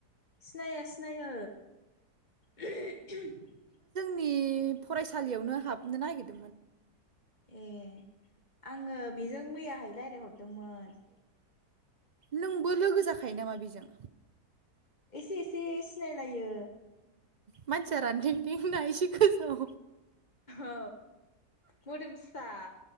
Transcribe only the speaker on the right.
नि फरायसालियावनो हाबनो नागिर
नोंबो लोगो जाखायो नामा बेजों?
मानसिया रानथेंथेंना एसे गोजौ